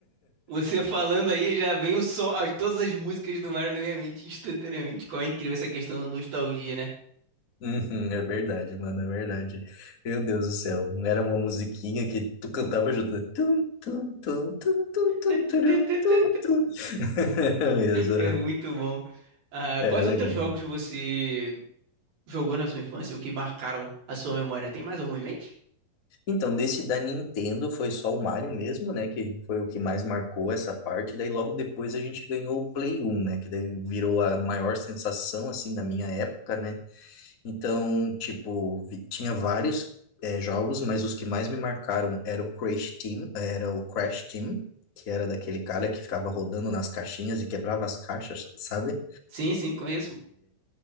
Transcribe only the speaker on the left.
Uhum, é verdade, mano, é verdade. Meu Deus do céu, não era uma musiquinha que tu cantava junto, né? Tum, tum, tum, tum, tum, tum,
turum, tum, tum. <laughs> Mesmo,
aham.
era
legal,
mano.
Então, desse da Nintendo foi só o Mario mesmo, né, que foi o que mais marcou essa parte, daí logo depois a gente ganhou o Play 1, né, que daí virou a maior sensação, assim, da minha época, né, Então, tipo, vi- tinha vários eh, jogos, mas os que mais me marcaram era o Crash Team, era o Crash Team, que era daquele cara que ficava rodando nas caixinhas e quebrava as caixas, sabe?